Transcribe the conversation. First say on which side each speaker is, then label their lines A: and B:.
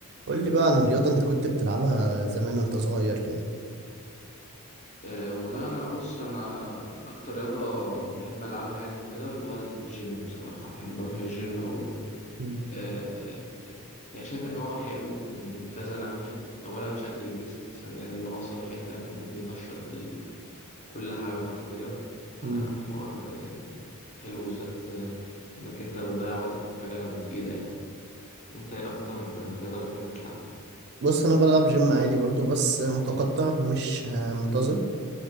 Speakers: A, on the right; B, on the left.
A: قول لي بقى عن الرياضة انت كنت بتلعبها زمان وانت صغير كده
B: أه والله انا بص انا اكتر رياضه بحب العبها يعني وكده اللي هو الجيم بصراحه بحب اروح الجيم قوي
A: مم.
B: أه يعني شايف ان هو حلو من كذا ناحيه اولا شكل الجسم ثانيا ان هو صحي فاهم بينشط ال... كل حاجه حرفيا فالحوار
A: مم.
B: يعني حلو بالذات آه، انك انت بتضيع وقتك في حاجه مفيده يعني انت ايه اكتر رياضه بتحب تلعبها
A: بص انا بلعب جيم عادي برضو بس متقطع مش آه، منتظم